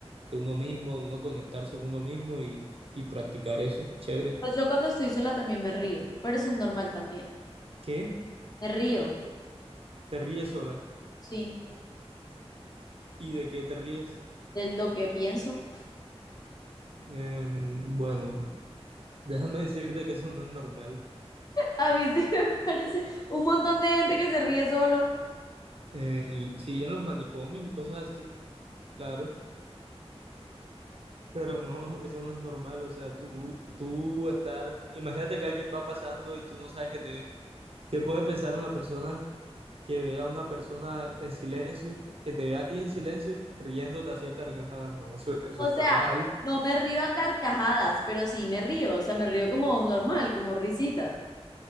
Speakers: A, on the right; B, on the left.
A: de uno mismo, de uno conectarse con uno mismo y, y practicar eso. Chévere.
B: Pues Yo cuando estoy sola también me río, pero eso es normal también.
A: ¿Qué?
B: Me río,
A: ¿Te ríes sola?
B: sí,
A: ¿Y de qué te ríes?
B: de lo que pienso.
A: Em, bueno, déjame decirte que eso no es normal.
B: A mí sí <laughs> me parece un montón de gente que se ríe solo.
A: En- sí, en los manicomios y cosas así, claro. Pero no, eso no es normal, o sea, tú, tú estar, imagínate que alguien va pasando y tú no sabes qué te, qué puede pensar una persona que vea a una persona en silencio, que te vea a ti en silencio, riéndote así a carcajadas, no, eso, eso
B: O
A: está
B: sea,
A: mal,
B: no me río a carcajadas, pero sí me río. O sea, me río como normal, como risitas.